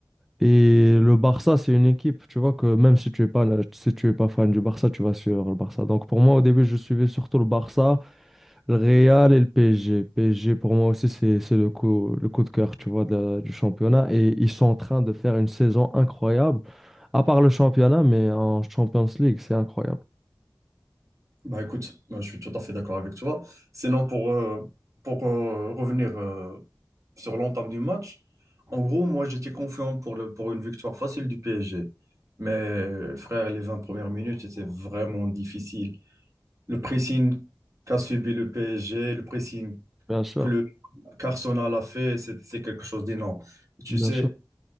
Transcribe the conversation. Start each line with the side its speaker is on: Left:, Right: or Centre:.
Centre: Et le Barça, c'est une équipe, tu vois, que même si tu es pas, si tu es pas fan du Barça, tu vas suivre le Barça. Donc pour moi, au début, je suivais surtout le Barça, le Real et le PSG. PSG, pour moi aussi, c'est, c'est le coup, le coup de cœur, tu vois, de la- du championnat. Et ils sont en train de faire une saison incroyable, à part le championnat, mais en Champions League, c'est incroyable.
Right: Bah écoute, moi, je suis tout à fait d'accord avec toi. Sinon, pour, euh, pour euh, revenir euh, sur l'entame du match, en gros, moi j'étais confiant pour, le, pour une victoire facile du PSG. Mais euh, frère, les 20 premières minutes c'était vraiment difficile. Le pressing qu'a subi le PSG, le pressing
Centre: Bien sûr,
Right: que le qu'Arsenal a fait, c'est c'est quelque chose d'énorme. Tu
Centre: bien
Right: sais,
Centre: sûr.